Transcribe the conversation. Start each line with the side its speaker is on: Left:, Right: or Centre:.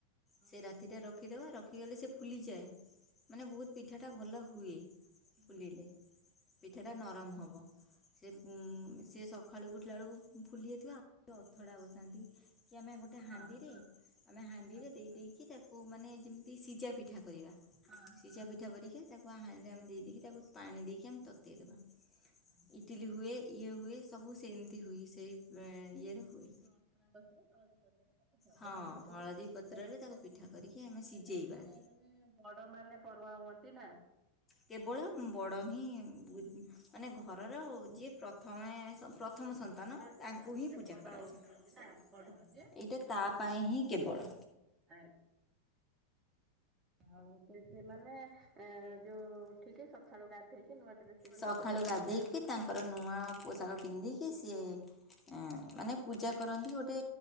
Right: ହଁ ହଁ
Left: ସେ ରାତିଟା ରଖିଦେବା ରଖିଗଲେ ସେ ଫୁଲିଯାଏ ମାନେ ବହୁତ ପିଠାଟା ଭଲ ହୁଏ।
Right: ହଁ
Left: ଫୁଲିଲେ ପିଠାଟା
Right: ହଁ। ହଁ।
Left: ନରମ ହବ। ସେ ସେ ସକାଳୁ ଉଠିଲା ବେଳକୁ ଫୁଲି ଯାଇଥିବ ଆଉ ଅଥଡ଼ା ବସାନ୍ତି। କି ଆମେ ଗୋଟେ ହାଣ୍ଡିରେ
Right: ହଁ ହଁ
Left: ଆମେ ହାଣ୍ଡିରେ
Right: ଆଜ୍ଞା
Left: ଦେଇ ଦେଇଦେଇକି ତାକୁ ମାନେ ଯେମତି ସିଝା ପିଠା କରିବା
Right: ହଁ ହଁ
Left: ସିଝା ପିଠା ଧରିକି ତାକୁ ଆ ହାଣ୍ଡିରେ ଆମେ ଦେଇ ଦେଇକି ତାକୁ ପାଣି ଦେଇକି ଆମେ ତତେଇଦବା
Right: ହଁ
Left: ଇଟିଲି ହୁଏ। ଇଏ ହୁଏ ସବୁ ସେମିତି ହୁଏ ସେଇ ପ୍ର ଇଏରେ ହୁଏ
Right: ସେ ମାଥାନ <inaudible>
Left: ହଁ
Right: ହ ନା ସେତୁ
Left: ହଳଦୀ
Right: ସେ
Left: ପତ୍ରରେ
Right: ସେଠାରେ
Left: ତାକୁ ପିଠା କରିକି ଆମେ ସିଝେଇବା
Right: ମାନେ ବଡ ମାନେ ପରମା ହୁଅନ୍ତି। ନା
Left: କେବଳ ବଡ଼ ହିଁ ମାନେ ଘରର ଯିଏ ପ୍ରଥମେ ପ୍ରଥମ ସନ୍ତାନ
Right: ବଡ ଝିଅ
Left: ତାଙ୍କୁ ହିଁ
Right: ଯେ
Left: ପୂଜା
Right: ବଡ
Left: କରାଯାଏ
Right: କୁହନ୍ତି ନା ପଢୁଆଁ ଯେ
Left: ଏଇଟା ତା ପାଇଁ ହିଁ କେବଳ।
Right: ଆଇ ଆଉ ସେ ସେମାନେେ ଯୋଉ ଉଠିକି ସକାଳୁ ଗା ହେଇ କି ନୂଆଡେସ ପିନ୍ଧିକି
Left: ସକାଳୁ
Right: ପୂଜା ହୁଅନ୍ତି।
Left: ଗାଧେଇକି
Right: ନା
Left: ତାଙ୍କର ନୂଆ ପୋଷାକ ପିନ୍ଧିକି ସିଏ ମାନେ ପୂଜା କରନ୍ତି। ଗୋଟେ